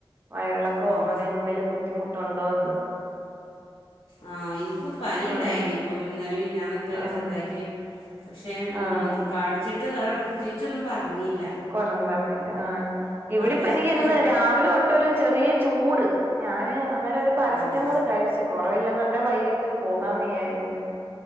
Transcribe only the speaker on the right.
വയറെളക്കോ
അങ്ങനെ എന്തേലും ബുദ്ധിമുട്ടുണ്ടോന്ന്
ഉം
ആഹ്
ആഹ്
കുറഞ്ഞു പറഞ്ഞില്ല ആ ഇവിടിപ്പ
എനിക്ക്
ഇന്ന് രാവിലെ തൊട്ട് ഒരു ചെറിയ ചൂട് ഞാന് അന്നേരം ഒരു പാരസെറ്റമോൾ
കഴിച്ചു കുറവില്ലെന്നണ്ട വൈകിട്ട് പോകാന്ന് വിജാരിക്കുന്നു